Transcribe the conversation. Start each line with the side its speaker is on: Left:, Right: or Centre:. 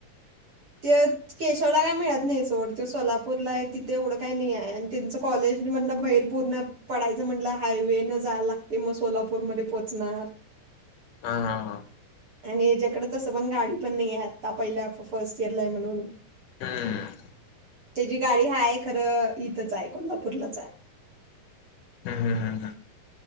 Right: ते केशवला काय मिळत नाही सोड त सोलापूरला आहे तिथे एवढं काय नाही आहे आणि त्यांच कॉलेज मधनं बाहेर पूर्ण पडायचं म्हटलं हायवे न जायला लागते मग सोलापूरमध्येध्ये पोहोचणार <inaudible>
Left: हा हा हा
Right: आणि याच्याकडे तसं पण गाडी पण नाहीे आत्ता पहिल्या. फर्स्ट इयरला ये म्हणून-
Left: हम्म
Right: त्याची गाडी आहे खरं इथंच आहे कोल्हापूरलाच आहे
Left: ह ह ह ह..